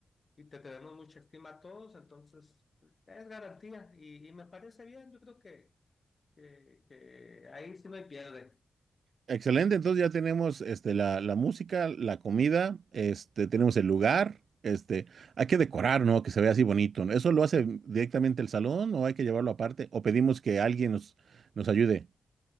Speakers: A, on the left; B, on the right.
A: y te tenemos mucha estima a todos, entonces es garantía y, y me parece bien. Yo creo que, que, que ahí sí no hay pierde.
B: Excelente, entonces ya tenemos este, la, la música, la comida, este, tenemos el lugar, este, hay que decorar, ¿no? Que se vea así bonito, ¿no? ¿Eso lo hace directamente el salón o hay que llevarlo aparte? ¿O pedimos que alguien nos, nos ayude?